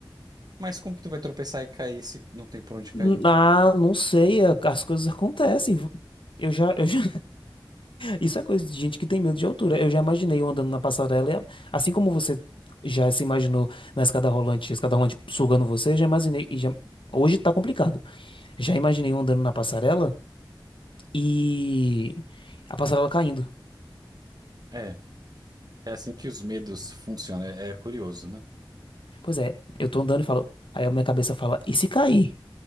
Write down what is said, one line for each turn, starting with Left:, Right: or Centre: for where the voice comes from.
Right: Mas como que tu vai tropeçar e cair se não tem por onde cair?
Left: N- Ah, não sei, a- as coisas acontecem. Eu já, eu já Isso é coisa de gente que tem medo de altura. Eu já imaginei eu andando na passarela, e a- assim como você já se imaginou na escada rolante, escada rolante sugando você, eu já imaginei. e já- hoje tá complicado. Já imaginei eu andando na passarela e a passarela caindo.
Right: É, é assim que os medos funcionam. É, é curioso, né?
Left: Pois é, eu tô andando e falo. Aí a minha cabeça fala, e se cair?